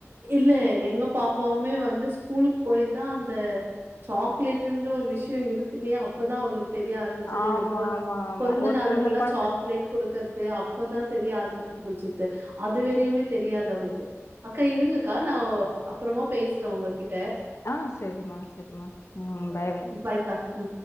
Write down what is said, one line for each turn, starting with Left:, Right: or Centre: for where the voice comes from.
Right: இல்லே எங்கே பாப்பாவுமே வந்து ஸ்கூலுக் போயி தான் அந்த சாக்லேட் என்ற ஒரு விஷயம் இருக்குனே அப்பதான் அவளுக் தெரியே ஆரம்மிச்சுது
Left: ஆமா
Right: இந்த <unintelligible>
Left: ஆமா ஆமா
Right: பொறந்தே
Left: ஒருத்தங்கள
Right: நாளுக்கெல்லா
Left: பாத்து
Right: சாக்லேட் கொடுக்கற்தே அப்பதான் தெரிய ஆரம்ப முச்சுது அதுவரையுமே தெரியாது அவளுக்கு அக்கா இருங்கக்கா நாவொ அப்பறமாப் பேசுற உங்க கிட்
Left: ஆ செரிமா செரிமா ம் பாய் பாய்
Right: பாய்க்கா ம்